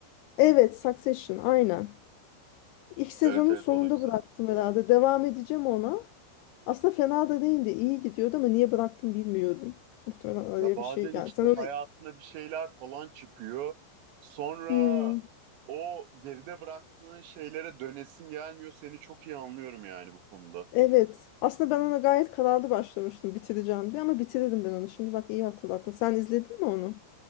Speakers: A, on the left; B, on the right.
A: Evet, Succession aynen. İlk sezonun
B: Evet evet
A: sonunda
B: o da güzel.
A: bıraktım herhalde. Devam edeceğim ona. Aslında fena da değildi. iyi gidiyordu ama niye bıraktım bilmiyorum. Muhtemelen araya
B: Ya bazen
A: bir şey geldi.
B: işte
A: Sen onu...
B: hayatına bir şeyler falan çıkıyor. Sonra
A: Hmm.
B: o geride bıraktığın şeylere dönesin gelmiyor. Seni çok iyi anlıyorum yani bu konuda.
A: Evet. Aslında ben ona gayet kararlı başlamıştım bitireceğim diye ama bitirdim ben onu. Şimdi bak iyi hatırlattın. Sen izledin mi onu?